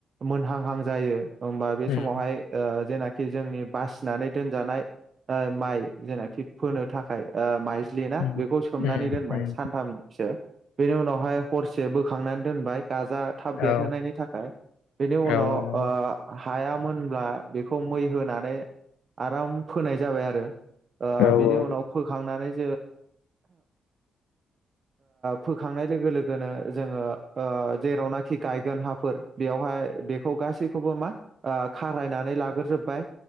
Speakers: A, on the right; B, on the left.
A: मोनहांहां जायो होमबा बे
B: उम
A: समावहाय ओ जेना खि जोंनि बासिनानै दोनजानाय बा माइ जेनाखि फोनो थाखाय ओ माइ ज्लिना
B: उम
A: बेखौ सोमनानै
B: उम
A: दोनबाय
B: उम
A: सानथामसो बेनि उनावहाय हरसे बोखांनानै दोनबाय गाजा थाब बेरहोनायनि
B: औ
A: थाखाय बेनि उनाव
B: औ नंगौ
A: ओ हायामोनब्ला बेखौ मै होनानै आराम फोनाय जाबाय आरो ओ
B: औ
A: बेनि
B: उम
A: उनाव फोखांनानै <unintelligible> ओ फोखांनाय लोगो लोगोनो जोङो ओ जेरावनाखि गायगोन हाफोर बेयावहाय बेखौ गासैखौबो मा ओ खारायनानै लाग्रोजोबबाय